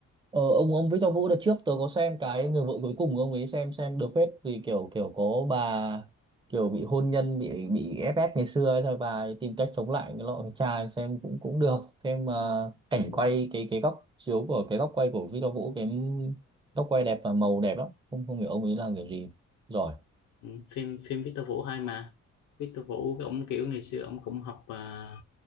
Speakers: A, on the right; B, on the left.
A: ờ, ông ông Victor Vũ đợt trước tôi có xem cái người vợ cuối cùng của ông ấy xem xem được phết vì kiểu kiểu có bà kiểu bị hôn nhân bị bị ép ép ngày xưa ấy, rồi bà ấy tìm cách chống lại cái loại thằng trai xem cũng cũng được xem ờ, cảnh
B: Ừ.
A: quay cái cái góc chiếu của cái góc quay của Victor Vũ cái góc quay đẹp và màu đẹp lắm không không hiểu ông ấy làm kiểu gì giỏi
B: Ừ, phim phim Victor Vũ hay mà Victor Vũ cái ông kiểu ngày xưa ông cũng học à,